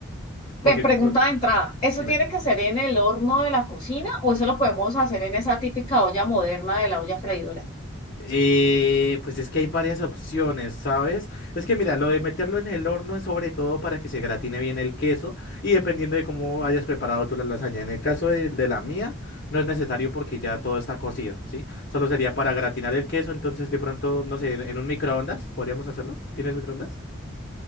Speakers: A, on the left; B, on the left.
A: Ven,
B: Porque,
A: pregunta
B: pues,
A: de entrada, ¿eso
B: dime.
A: tiene que ser en el horno de la cocina o eso lo podemos hacer en esa típica olla moderna de la olla freidora?
B: Eh, pues es que hay varias opciones, ¿sabes? Es que mira, lo de meterlo en el horno es sobre todo para que se gratine bien el queso y dependiendo de cómo hayas preparado tú la lasaña. En el caso de, de la mía, no es necesario porque ya todo está cocido, ¿sí? Solo sería para gratinar el queso, entonces de pronto, no sé, en, en un microondas, ¿podríamos hacerlo? ¿Tienes microondas?